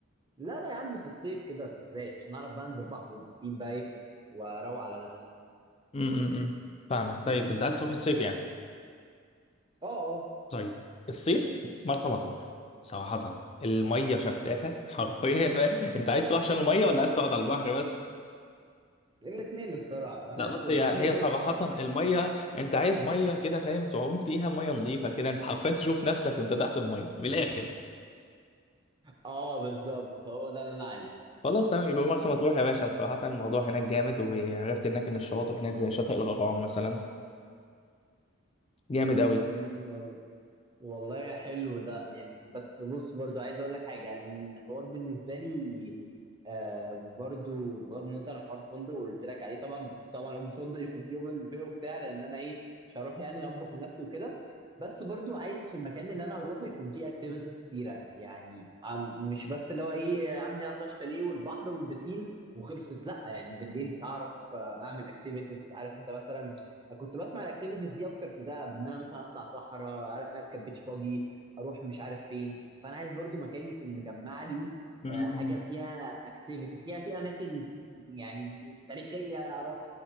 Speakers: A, on the right; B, on the left.
A: لا لا يا عم في الصيف كده في الرايق عشان اعرف بقى انزل بحر والبسين بقى إيه، واروق على نفسي
B: امم فاهمك طيب انت عايز تروح في الصيف يعني
A: اه اه
B: طيب الصيف مرسى مطروح صراحه الميه شفافه حرفيا <laughs> انت عايز تروح عشان الميه ولا عايز تقعد على البحر بس
A: الاثنين الصراحه فانا
B: لا
A: عايز
B: بص
A: كله
B: هي هي صراحه
A: <laughs>
B: الميه انت عايز ميه كده فاهم تعوم فيها ميه نظيفه كده انت حرفيا تشوف نفسك وانت تحت الميه من الاخر
A: اه بالظبط هو ده اللي انا عايزه
B: خلاص تمام يبقى مرسى مطروح يا باشا صراحة الموضوع هناك جامد وعرفت هناك إن الشواطئ هناك زي شاطئ الغرام مثلا جامد قوي
A: امم والله والله يا حلو ده يعني بس بص برضو عايز اقول لك حاجه الحوار بالنسبه لي آه برضو بغض النظر عن حوار الفندق اللي قلت لك عليه طبعا بس طبعا الفندق يكون فيه اوبن بوفيه وبتاع لان انا ايه مش هروح يعني اطبخ لنفسي وكده بس برضو عايز في المكان اللي انا هروحه يكون فيه اكتيفيتيز كتيره يعني عم- مش بس اللي هو ايه يا عم يلا الشاليه والبحر والبسين وخلصت لا يعني بالليل اعرف آه، اعمل اكتيفيتيز عارف انت مثلا كنت بسمع الاكتيفيتيز دي اكتر في دهب ان انا مثلا اطلع صحراء أر- اركب بيتش باجي اروح مش عارف فين فانا عايز برضو مكان يكون مجمع لي
B: م-م.
A: آه، حاجه فيها اكتيفيتي فيها في اماكن يعني تاريخيه اروح